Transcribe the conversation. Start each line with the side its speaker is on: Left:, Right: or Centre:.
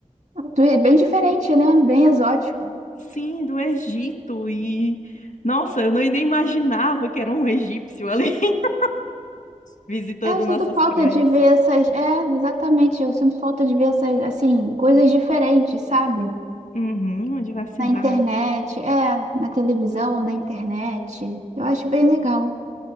Right: Twi- Bem diferente, né? Bem exótico.
Left: Sim, do Egito. E nossa, eu não- nem imaginava que era um egípcio ali <laughs> visitando
Right: É, eu sinto
Left: nossas
Right: falta
Left: praias.
Right: de ver essas. É, exatamente. Eu sinto falta de ver essas, assim, coisas diferentes, sabe?
Left: Uhum, uma diversidade.
Right: Na internet, é, na televisão ou na internet. Eu acho bem legal.